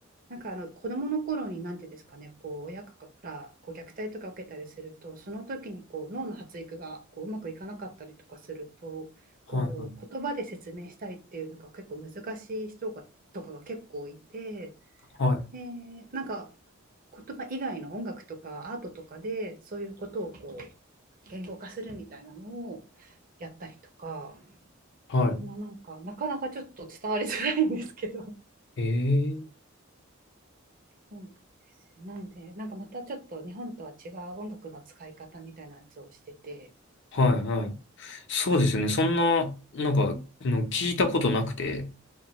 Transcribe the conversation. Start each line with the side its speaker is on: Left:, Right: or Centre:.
Right: なんかあの子どもの頃に、なんていうんですかね、こう親からこう虐待とか受けたりすると、その時にこう脳の発育がこううまくいかなかったりとかすると、
Left: はい、
Right: こう言葉で説明したりっていうのが結構難しい人がとかが結構いて、
Left: はい、はい。
Right: でなんか言葉以外の音楽とかアートとかでそういうことをこう言語化するみたいなのをやったりとか、
Left: は
Right: まあ、なんかなかなかちょっと伝わりづらいんですけど。
Left: い。へえ。
Right: そうなんですよなんでなんかまたちょっと日本とは違う音楽の使い方みたいなやつをしてて
Left: はい、はい。そうですね。そんな、なんか、の聞いたことなくて。